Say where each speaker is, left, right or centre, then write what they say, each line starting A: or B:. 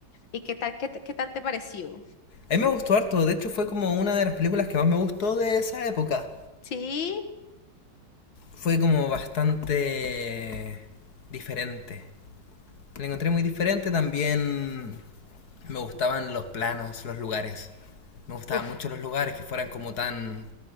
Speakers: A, on the left; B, on the left.
A: ¿Y qué tal, qué, te- qué tal te pareció?
B: A mí me gustó harto, de hecho fue como una de las películas que más me gustó de esa época.
A: Sí,
B: Fue como bastante diferente. La encontré muy diferente, también me gustaban los planos, los lugares. Me gustaban
A: uf,
B: mucho los lugares que fueran como tan